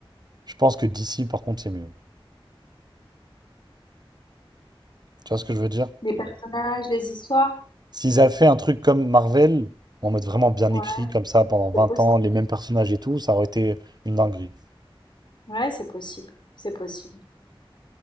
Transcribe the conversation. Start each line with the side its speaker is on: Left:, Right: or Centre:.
Right: je pense que DC, par contre, c'est mieux. Tu vois ce que je veux dire?
Left: Les personnages, les histoires,
Right: S'ils avaient fait un truc comme Marvel, en mode vraiment bien
Left: ouais,
Right: écrit, comme ça, pendant
Left: c'est
Right: 20
Left: possible.
Right: ans, les mêmes personnages et tout, ça aurait été une dinguerie.
Left: Ouais, c'est possible, c'est possible.